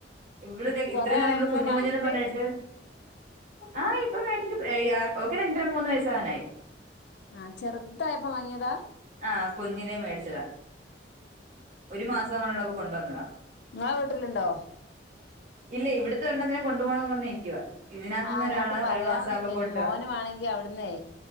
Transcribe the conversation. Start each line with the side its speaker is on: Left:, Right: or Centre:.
Right: ഇവിള് ഇത്
Left: കൊറേ
Right: ഇത്രയും നാള്
Left: ആയോ
Right: നമ്മള്
Left: ഇങ്ങള്
Right: കുഞ്ഞ്
Left: വാങ്ങീട്ട്
Right: കുഞ്ഞെന്നും പറഞ്ഞിട്ട് ആഹ് ഇപ്പൊ മേടിക്കും ഓക്ക് രണ്ടര മൂന്ന് വയസാവാനായി
Left: ആഹ് ചെറുതായപ്പ വാങ്ങിയതാ
Right: ആഹ് കുഞ്ഞിലേ മേടിച്ചതാ ഒരു മാസം എങ്ങാണ്ടുള്ളപ്പോ കൊണ്ടുവന്നതാ
Left: നിങ്ങളെ വീട്ടിലുണ്ടോ
Right: ഇല്ല ഇവിടുത്തെ ഒരെണ്ണത്തിനെ കൊണ്ട് പോകണമെന്നും പറഞ്ഞ് നിക്കുവ ഇതിനകത്തുന്നൊരാള
Left: ആ ഞാൻപ്പൊ പറയാൻ
Right: ഒരു മാസം
Left: നിക്കേനി
Right: ആവുമ്പോക്കൊണ്ട്പോവാ
Left: മോന് വാണെങ്കി അവിടുന്നേ